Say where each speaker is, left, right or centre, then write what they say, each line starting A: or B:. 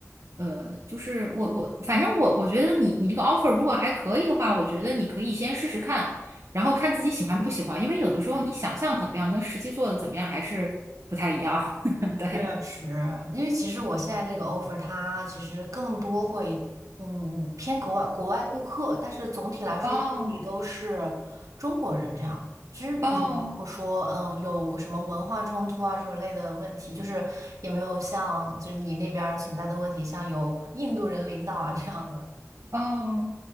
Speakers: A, on the right; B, on the right.
A: 呃，就是我我反正我我觉得你你这个 offer 如果还可以的话，我觉得你可以先试试看，然后看自己喜欢不喜欢，因为有的时候你想象怎么样跟实际做的怎么样还是不太一样。<laughs> 对，
B: 确实，因为其实我现在这个 offer 它其实更多会，嗯，偏国外国外顾客，但是总体来说总体都是中国人这样。
A: 哦
B: 其实也没有说，
A: 哦
B: 嗯，有什么文化冲突啊这种类的问题，就是也没有像就是你那边儿存在的问题，像有印度人领导啊这样的。
A: 哦，